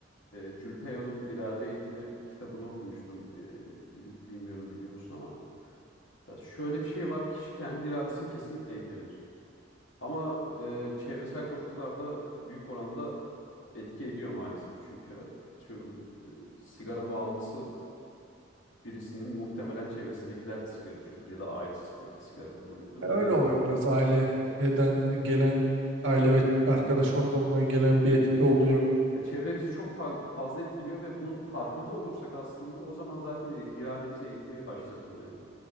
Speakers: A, on the left (about 70°); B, on the right (about 65°).
A: E, Julpeo'nun İrade Eğitimi kitabını okumuştum. E, bili- bilmiyorum biliyor musun ama. Ya şöyle bir şey var. Kişi kendi iradesini kesinlikle eğitebilir. Ama e, çevresel koşullar da büyük oranda etki ediyor maalesef. Çünkü e, atıyorum e, sigara bağımlısı birisinin muhtemelen çevresindekiler de sigara içiyordur ya da ailesi de sigara kullanıyordur.
B: E,
A: Hani
B: Öyle oluyor biraz aileden gelen aile ve arkadaş
A: hı hı,
B: ortamından gelen bir
A: hı hı.
B: etki oluyor.
A: Ya çevre bizi çok fa- fazla etkiliyor ve bunun farkında olursak aslında o zaman zaten ir- irademizi eğitmeye başlarız. Hani